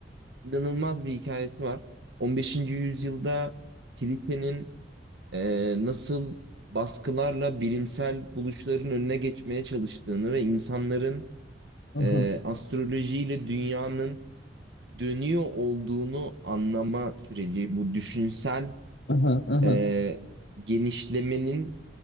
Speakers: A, on the right; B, on the left.
A: inanılmaz bir hikayesi var. 15. yüzyılda kilisenin e, nasıl baskılarla bilimsel buluşların önüne geçmeye çalıştığını ve insanların
B: Aha,
A: e, astrolojiyle dünyanın dönüyor olduğunu anlama süreci, bu düşünsel
B: aha, aha.
A: e, genişlemenin